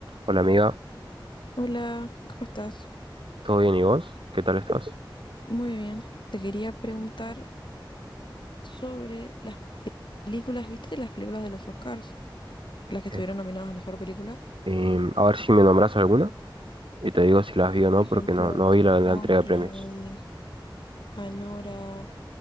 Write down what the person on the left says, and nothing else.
Hola, ¿cómo estás?
Muy bien. Te quería preguntar sobre las pe- películas, ¿viste? Las películas de los Oscars, las que estuvieron
nominadas a mejor película.
Por ejemplo,
Conclave,
Anora,